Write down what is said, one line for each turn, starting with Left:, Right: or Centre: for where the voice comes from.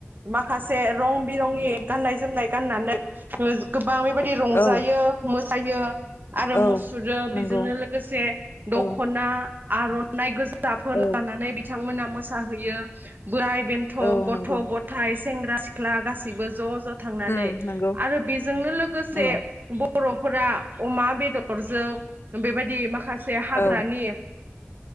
Right: माखासे रं बिरंि गाननाय जोमनाय। गाननानै गोबां। रंजायो।
Left: औ
Right: हायो। आरो
Left: औ
Right: मुसुरो बेजोंनो
Left: नंगौ
Right: लोगोसे दखना
Left: औ
Right: आरना नायज। फिाफोर
Left: औ
Right: लानानै बिथांमोना। मोसाहैयो। बोराय बेन्थ'
Left: औ
Right: गथ'
Left: नंगौ
Right: गथायाइ सेंग्रा सिख्ला गासैबो ज' ज'। बेजोंनो
Left: उम नंगौ
Right: लोगोसे
Left: औ
Right: बर'फोरा अमा बेदर। हरजों बे बेबायाददि माखासे हाग्रानि।
Left: औ